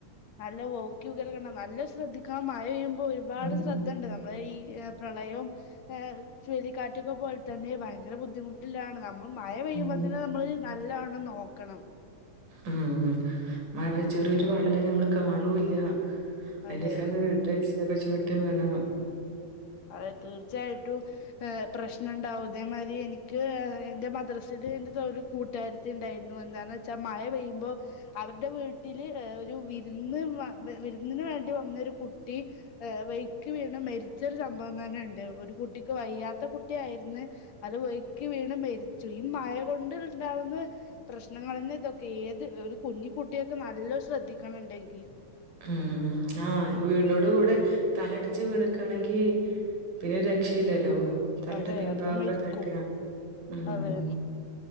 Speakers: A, on the left; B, on the right.
A: നല്ല വൈകി വികൽ നല്ല ശ്രദ്ധിക്കണം മഴപെ ഒരുപാട്
B: ഉം
A: ശ്രദ്ധ ഉണ്ട് നമ്മളെ ഈ പ്രളയവും ചുഴിലിക്കാറ്റുകെ പോലെ തന്നെ ഭയങ്കര ബുദ്ധിമുട്ടിലാണ് നമ്മ മഴ പെയ്യുമ്പോ
B: ഉം
A: തന്നെ നമ്മള് നല്ല നോക്കണം
B: ഉം മഴ ചെറിയൊരു വള്ളല നമ്മള് കാണൂല്ല <unintelligible>
A: അതെ
B: ഒക്കെ ചുറ്റും വെള്ളം
A: അതെ തീർച്ചയായിട്ടും പ്രശ്നംുണ്ടാവും ഇതേ മാതിരി എനിക്ക് എന്റെ മദ്രസൽ എന്റെ ഒരു കൂട്ടുകാരരുത്തി ഉണ്ടായിരുന്നു എന്താണ വെച്ചാൽ മഴ പെയ്യുമ്പോ അവടെ ടെ വീട്ടിൽ ഒരു വിരുന്ന് വിരുന്നിന് വേണ്ടി വന്നൊരു കുട്ടി വൈക്കി വീണ് മരിച്ചു ച്ചൊരു സംഭവം തന്നെ ഉണ്ട് ഒരു കുട്ടിക്ക് വയ്യാത്ത കുട്ടി ആയിരുന്നു അത് വൈക്ക് വീണ് മരിച്ചു ഈ മഴ കൊണ്ട് ഉണ്ടാവുന്ന പ്രശ്നങ്ങളെ ഇതൊക്കെ ഏത് ഒരു കുഞ്ഞിക്കു കുട്ടിയൊക്കെ നല്ല ശ്രദ്ധിക്കണം ഇണ്ടെങ്കി
B: ഉം ആഹ് വീടിനോട് കൂടെ തലടിച്ച് വീണക്കയാണെങ്കി പിന്നെ രക്ഷയില്ലല്ലോ തല
A: അതെ
B: ടേ പിൻഭാഗക്കെ
A: അപ്പം മരിക്കും
B: തട്ടിയാ ഉം
A: അതെ